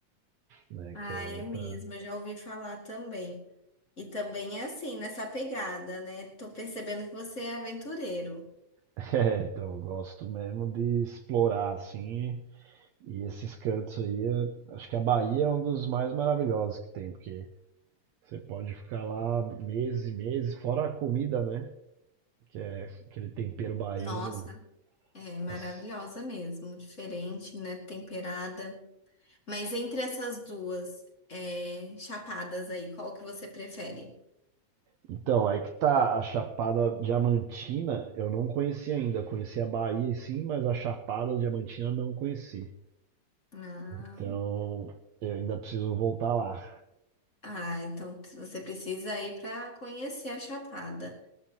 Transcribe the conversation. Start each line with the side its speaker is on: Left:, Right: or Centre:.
Right: né?
Left: Ah,
Right: Que é outra.
Left: é mesmo, eu já ouvi falar também. E também é assim, nessa pegada, né? Tô percebendo que você é aventureiro.
Right: <laughs> É, então, eu gosto mesmo de explorar, assim. E esses cantos aí, é- acho que a Bahia é um dos mais maravilhosos que tem, porque você pode ficar lá meses e meses, fora a comida, né? Que é aquele tempero baiano.
Left: Nossa, é maravilhosa
Right: As-
Left: mesmo, diferente, né? Temperada. Mas entre essas duas é, chapadas aí, qual que você prefere?
Right: Então, aí que tá a Chapada Diamantina, eu não conheci ainda. Eu conheci a Bahia sim, mas a Chapada Diamantina eu não conheci.
Left: Ah,
Right: Então, eu ainda preciso voltar lá.
Left: ah, então você precisa ir para conhecer a chapada.